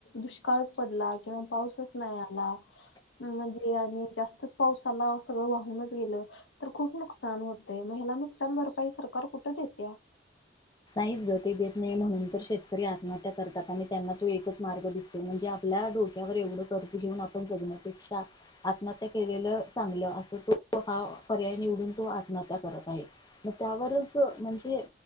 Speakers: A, on the left; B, on the left.
A: दुष्काळच पडला किंवा पाऊसच नाही आला म्हणजे आणि ज्यास्त पाऊस आला सगळं वाहूनच गेलं तर खूप नुकसान होतय मग हेला नुकसान भरपाई सरकार कुठे देत्या.
B: नाही ग देत नाही म्हणून तर शेतकरी आत्महत्या करतात, आणि त्यांना तो एकच मार्ग दिसतो म्हणजे आपल्या डो क्यावर एवढं कर्ज घेऊन आपण जगण्यापेक्षा आत्महत्या केलेलं चांगलं अस तो हा? पर्याय निवडून तो आत्महत्या करत आहे मग त्यावरच म्हणजे